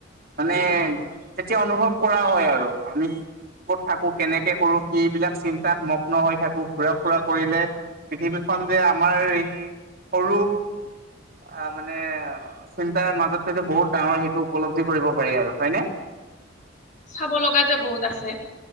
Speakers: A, on the right; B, on the left.
A: মানে তেতিয়া অনুভৱ কৰা হয় আৰু আমি কত থাকো কেনেকে কৰো কি বিলাক চিন্তাত মগ্ন হৈ থাকো ঘুৰা ফুৰা কৰিলে পৃথিৱীত খন যে আমাৰ এই সৰু আ, মানে চিন্তাৰ মাজতকৈটো বহুত ডাঙৰ সেইটো উপলব্ধি কৰিব পাৰি আৰু হয়নে?
B: চাব লগা যে বহুত আছে।